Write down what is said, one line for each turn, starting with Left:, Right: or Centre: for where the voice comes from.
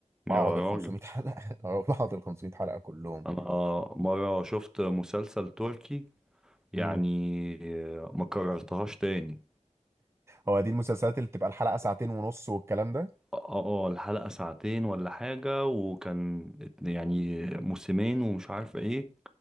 Centre: يا
Right: بقعد
Centre: راجل
Right: ال 500 حلقة <laughs> أو بقعد ال 500 حلقة كلهم
Centre: انا آه، مرة شفت مسلسل تركي يعني
Right: امم
Centre: آه، ما كررتهاش تاني
Right: هو دي المسلسلات اللي بتبقى الحلقة ساعتين ونص والكلام ده
Centre: اه اه آه، الحلقة ساعتين ولا حاجة وكان ات- يعني موسمين ومش عارف ايه